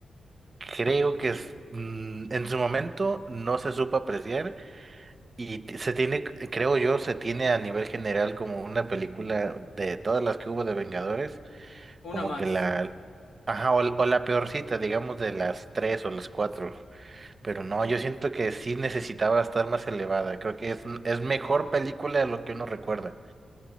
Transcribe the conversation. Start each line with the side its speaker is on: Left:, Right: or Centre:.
Right: creo que es, mm, en su momento no se supo apreciar Y t- se tiene, c- creo yo, se tiene a nivel general como una película de todas las que hubo de Vengadores,
Left: una
Right: como
Left: más.
Right: que la, ajá, o, l- o la peorcita, digamos, de las tres o las cuatro. Pero no,
Left: Ay,
Right: yo siento que sí necesitaba estar más elevada. Creo que es, n- es mejor película de lo que uno recuerda.